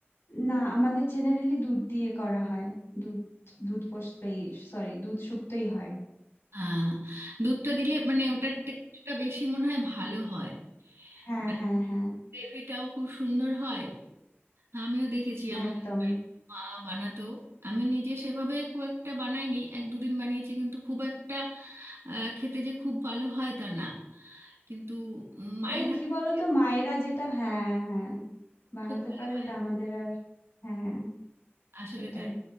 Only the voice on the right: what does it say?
হ্যাঁ দুধটা দিলে মানে ওটার টেস্টটা বেশি মনে হয় ভালো হয়
মানে
গ্রেভিটাও খুব সুন্দর হয় আমিও দেখেছি আমাদের
বাড়িতে মা বানাতো আমি নিজে সেভাবে খুব একটা বানাইনি এক দুদিন বানিয়েছি কিন্তু খুব একটা আহ, খেতে যে খুব ভালো হয় তা না কিন্তু উম, মায়ের
হাতে
খেতে
খুব ভালো
হয়
আসলে
তাই